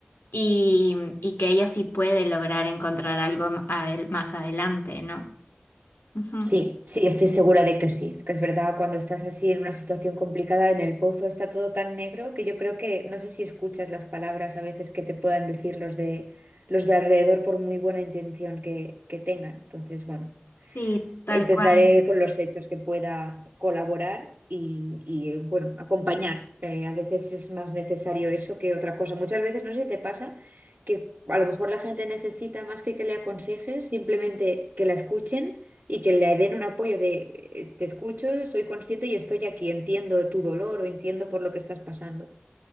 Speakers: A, on the left; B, on the right.
A: y, y que ella sí puede lograr encontrar algo m- adel- más adelante, ¿no? Ujú.
B: Sí, sí, estoy segura de que sí, que es verdad, cuando estás así en una situación complicada, en el pozo está todo tan negro que yo creo que no sé si escuchas las palabras a veces que te puedan decir los de los de alrededor por muy buena intención que, que tengan. Entonces, bueno.
A: Sí, tal
B: Intentaré
A: cual.
B: con los hechos que pueda colaborar y, y, eh, bueno, acompañar. Eh, a veces es más necesario eso que otra cosa. Muchas veces, no sé si te pasa, que a lo mejor la gente necesita más que que le aconsejes, simplemente que la escuchen y que le den un apoyo de eh, te escucho, soy consciente y estoy aquí, entiendo tu dolor o entiendo por lo que estás pasando.